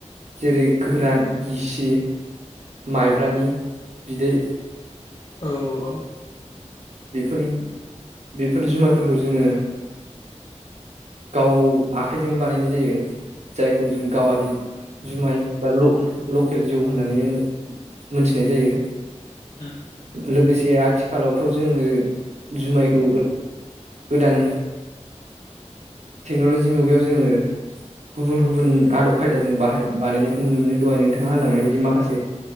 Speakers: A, on the right; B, on the left.
A: जेरै गोरान गिसि माइब्रानि बिदै
B: ओम औ औ
A: बेफोर बेफोर जुमायफोरखौ जोङो गाव आखाइजोंनो बानायनाय जायो। जायखौ जों गावारि जुमाय बा ल-लकेल जौ होननानै मोनथिनाय जायो।
B: उम।
A: लोगोसे आथिखालावथ' जोङो जुमायखौ गोदान टेक्न'लजि मुगायाव जोङो गुबुन गुबुन आदब खायदाजों बाहाय बानायनायखौ नुनो मोनो दहाय नोंथाङा होलांनाय बायदि माखासे